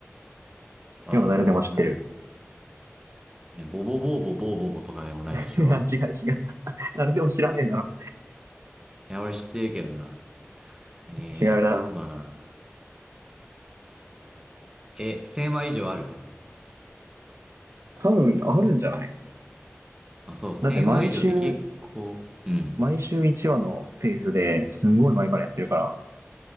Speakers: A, on the right; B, on the right.
A: あ。
B: でも誰でも知ってる。
A: ああ、なんだ。ねボボボーボボーボボとかでもないでしょ
B: <laughs> いや、違う違う。誰でも知らねえだろ。
A: いや、俺知ってるけどな。えー、
B: 違うな。
A: そうだな。え、1000話以上ある
B: 多分あるんじゃない
A: あ、そう、1000話以上って結構、
B: だって毎週、
A: うん。
B: 毎週1話のペースですんごい前からやってるから。